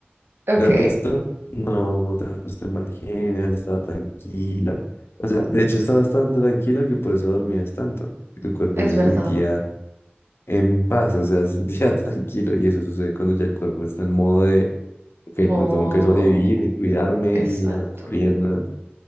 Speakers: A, on the right; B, on the left.
A: ok,
B: De resto, no no te has puesto en mal genio, has tranquila. O sea, de hecho, estabas bastante tranquila que por eso dormías tanto. que tu cuerpo
A: es
B: se
A: verdad.
B: sentía en paz, o sea, se sentía <laughs> tranquilo. Y eso sucede cuando ya el cuerpo está en modo de, ok,
A: Mo-
B: no tengo que sobrevivir, ni cuidarme,
A: Exacto.
B: ni andar corriendo.